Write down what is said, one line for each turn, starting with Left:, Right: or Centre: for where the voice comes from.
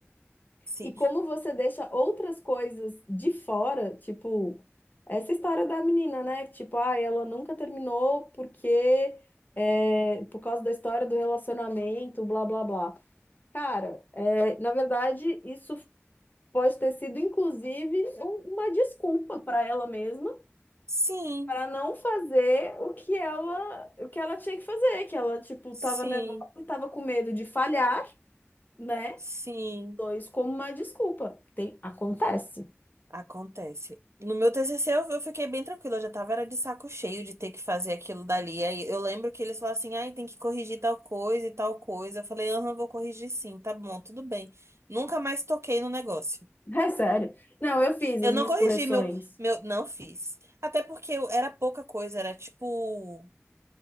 Right: Sim.
Left: E como você deixa outras coisas de fora, tipo, essa história da menina, né? Tipo, ah, ela nunca terminou porque é, por causa da história do relacionamento, blá blá blá. Cara, é, na verdade, isso pode ter sido, inclusive, um- uma desculpa para ela mesma
Right: Sim,
Left: para não fazer o que ela, o que ela tinha que fazer, que ela, tipo,
Right: Sim,
Left: tava nervosa e tava com medo de falhar, né?
Right: sim,
Left: Dois como uma desculpa. Tem, acontece.
Right: acontece. No meu TCC eu, eu fiquei bem tranquila, eu já tava era de saco cheio de ter que fazer aquilo dali. Aí eu lembro que eles falaram assim: "Ai, tem que corrigir tal coisa e tal coisa". Eu falei: "Aham, vou corrigir sim, tá bom, tudo bem". Nunca mais toquei no negócio.
Left: <laughs> É sério. Não, eu fiz
Right: Eu
Left: as
Right: não
Left: minhas
Right: corrigi
Left: correções.
Right: meu meu não fiz. Até porque eu- era pouca coisa, era tipo